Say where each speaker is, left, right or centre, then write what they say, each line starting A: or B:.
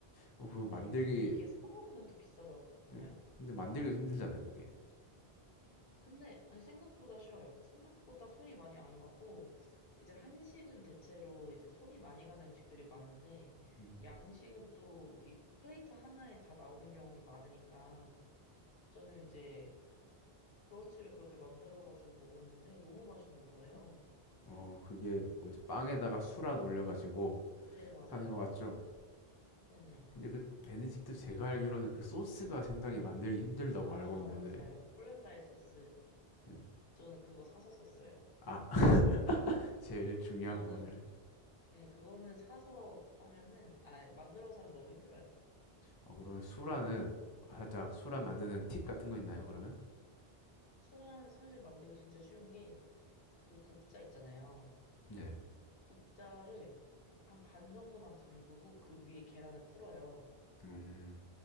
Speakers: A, on the left; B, on the left.
A: 그거 그거 만들기
B: 네, 근데 이게 사 먹으면 또 비싸잖아요?
A: 네, 근데 만들기도 힘들잖아요 그게.
B: 근데, 아니, 생각보다 쉬워요. 생각보다 손이 많이 안 가고, 이제 한식은 대체로 이제 손이 많이 가는 음식들이 많은데,
A: 음,
B: 양식은 또 이 플레이트 하나에 다 나오는 경우도 많으니까, 저는 이제 브런치를 그렇게 만들어가지고 먹었는데, 너무 맛있는 거예요.
A: 어 그게 뭐지 빵에다가 수란 올려가지고
B: 네, 맞아요.
A: 하는 거 맞죠?
B: 네네.
A: 근데 그 베네딕트 제가 알기로는 그 소스가 생각이 만들기 힘들다고
B: 아,
A: 알고 있는데
B: 맞아요. 콜렌다이 소스.
A: 네.
B: 저는 그거 사서 썼어요.
A: 아 <laughs> 제일 중요한
B: 그거는,
A: 부분을
B: 네, 그거는 사서 하면은, 아, 만들어서 하면 너무 힘들어요.
A: 어, 그러면 수라는 아, 살짝 수라
B: 네.
A: 만드는 팁 같은 거 있나요, 그러면?
B: 술은 사실 만들기 진짜 쉬운 게 그 국자 있잖아요.
A: 네.
B: 국자를 한 반 정도만 담그고 그 위에 계란을 풀어요.
A: 음,